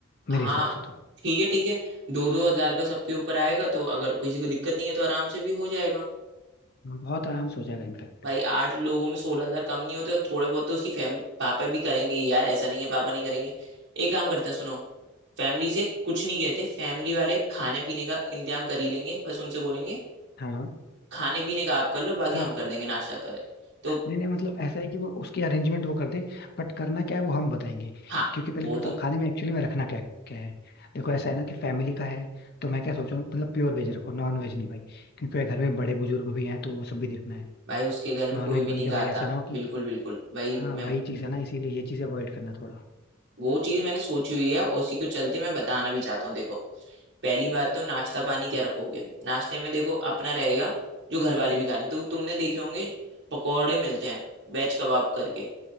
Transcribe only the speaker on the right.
हाँ
ठीक है ठीक है दो दो हजार का सबके ऊपर आएगा तो अगर किसी को दिक्कत नहीं है तो आराम से भी हो जाएगा
भाई आठ लोगों में सोलह हजार कम नहीं होते और थोड़े बहुत तो उसकी फैमिली पापा भी करेंगे ही यार ऐसा नहीं है पापा नहीं करेंगे एक काम करते हैं सुनो फैमिली से कुछ नहीं कहते फैमिली वाले खाने पीने का इंतजाम कर ही लेंगे बस उनसे बोलेंगे
खाने पीने का आप कर लो बाकी
हम कर देंगे नाश्ता करें तो
हाँ
वो
तो
भाई उसके घर में
कोई
भी
नहीं
खाता
बिल्कुल बिल्कुल वही
मैं
वो चीज मैंने सोची हुई है उसी को चलते मैं बताना भी चाहता हूँ देखो पहली बात तो नाश्ता पानी क्या रखोगे नाश्ते में देखो अपना रहेगा जो घर वाले भी खा रहे हैं तो तुमने देखे होंगे पकौड़े मिलते हैं वेज कबाब करके